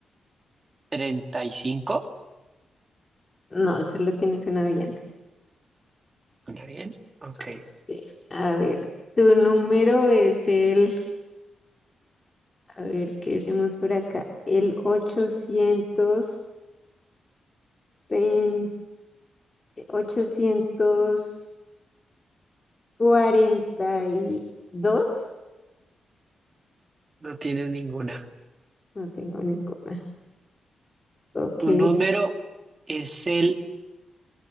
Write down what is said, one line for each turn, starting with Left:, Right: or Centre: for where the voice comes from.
Right: treinta y cinco
Left: No, solo tienes una bien.
Right: Una bien. Ok.
Left: Ah, Sí. A ver, tu número es el A ver, ¿qué decimos por acá? El ochocientos pen- ochocientos cuarenta y dos
Right: No tienes ninguna.
Left: No tengo ninguna. Ok.
Right: Tu número es el